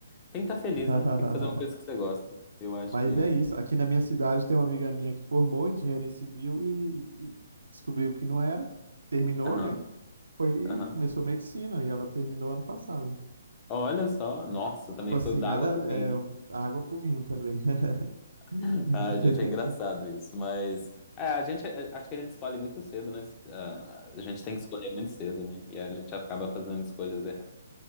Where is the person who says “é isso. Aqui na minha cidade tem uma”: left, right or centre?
Right